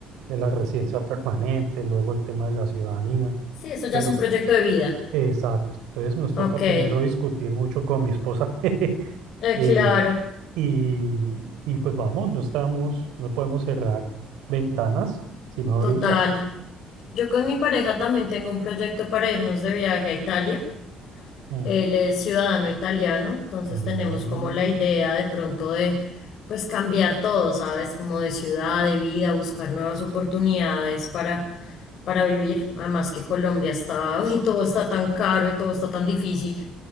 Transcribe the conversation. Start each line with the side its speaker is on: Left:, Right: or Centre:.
Right: de la residencia permanente, luego el tema de la ciudadanía,
Left: Sí, eso ya
Right: pero
Left: es un proyecto
Right: pues,
Left: de vida.
Right: exacto. Entonces nos
Left: Ok,
Right: toca primero
Left: eh,
Right: discutir mucho con mi esposa. <laughs> eh,
Left: claro,
Right: y, y pues vamos, no estamos, no podemos cerrar ventanas, sino abrirlas.
Left: total. Yo con mi pareja también tengo un proyecto para irnos de viaje a Italia.
Right: Mm.
Left: Él es ciudadano italiano, entonces
Right: Mm.
Left: tenemos como la idea de pronto de, pues, cambiar todo, ¿sabes? Como de ciudad, de vida, buscar nuevas oportunidades para, para vivir. Además que Colombia está, <laughs> y todo está tan caro y todo está tan difícil.